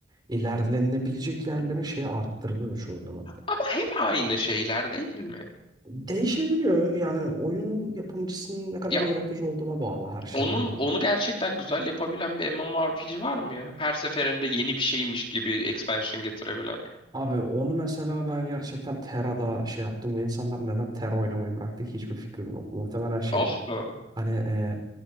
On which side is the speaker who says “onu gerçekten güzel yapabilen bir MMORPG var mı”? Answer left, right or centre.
Left